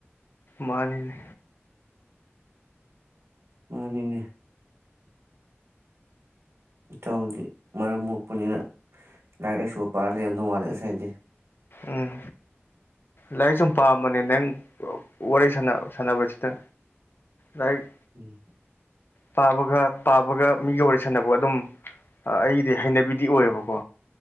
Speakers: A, on the left (about 50°); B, on the right (about 80°).
A: ꯃꯥꯅꯤꯅꯦ
B: ꯃꯥꯅꯤꯅꯦ ꯇꯥꯎꯗꯤ ꯃꯔꯝ ꯃꯣꯛꯄꯅꯤꯅ ꯂꯥꯏꯔꯤꯛ ꯂꯥꯏꯁꯨꯒ ꯄꯥꯔ ꯂꯩꯔꯝꯗꯧ ꯃꯥꯂꯦ ꯉꯁꯥꯏꯗꯤ
A: ꯎꯝ ꯂꯥꯏꯔꯤꯛ ꯁꯨꯝ ꯄꯥꯝꯔꯝꯕꯅꯦ ꯅꯪ ꯋꯥꯔꯤ ꯁꯟꯅ ꯁꯥꯟꯅꯕꯁꯤꯗ ꯂꯥꯏꯔꯤꯛ
B: ꯎꯝ
A: ꯄꯥꯕꯒ ꯄꯥꯕꯒ ꯃꯤꯒ ꯋꯥꯔꯤꯁꯥꯟꯅꯕ ꯑꯗꯨꯝ ꯑꯩꯗꯤ ꯍꯩꯅꯕꯤꯗꯤ ꯑꯣꯏꯌꯦꯕꯀꯣ